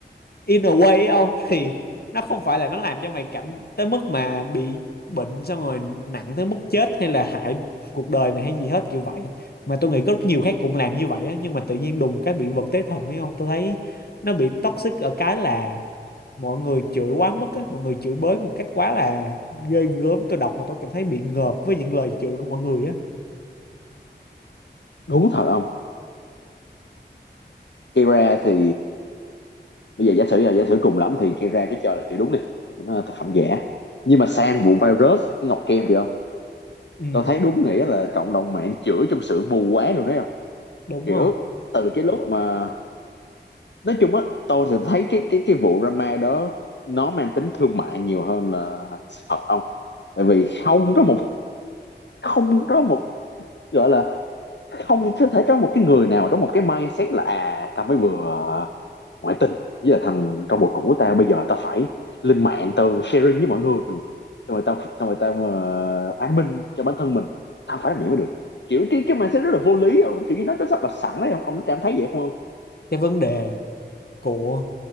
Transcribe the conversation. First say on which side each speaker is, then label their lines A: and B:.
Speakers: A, on the left; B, on the left.
A: in a way ấy không thì nó không phải là nó làm cho mày cảm tới mức mà bị bệnh xong rồi nặng tới mức chết hay là hại cuộc đời mày hay gì hết kiểu vậy mà tôi nghĩ có rất nhiều khác cũng làm như vậy á nhưng mà tự nhiên đùng một cái bị vật tế thần ấy không tôi thấy nó bị toxic ở cái là mọi người chửi quá mức á mọi người chửi bới một cách quá là ghê gớm tôi đọc mà tôi cảm thấy bị ngợp với những lời chửi của mọi người á
B: đúng thật không Kira thì bây giờ giả sử là giả sử cùng lắm thì Kira cái cho là chữ đúng đi tại vì nó là thực phẩm giả nhưng mà sang vụ virus ngọc kem rồi không
A: ừ
B: tôi thấy đúng nghĩa là cộng đồng mạng chửi trong sự mù quáng rồi đấy không
A: đúng
B: kiểu
A: không
B: từ cái lúc mà nói chung á tôi thì thấy cái cái cái vụ drama đó nó mang tính thương mại nhiều hơn là sự thật không tại vì không có một không có một gọi là không có thể có một cái người nào trong một cái mindset là à tao mới vừa ngoại tình với là thằng trong một cuộc của tao bây giờ tao phải lên mạng tao sharing với mọi người xong rồi tao xong rồi tao uh, an minh cho bản thân mình tao phải làm gì mới được kiểu cái cái mindset rất là vô lý không kiểu như nó rất là sẵn đấy không ông cảm thấy vậy không không
A: cái vấn đề của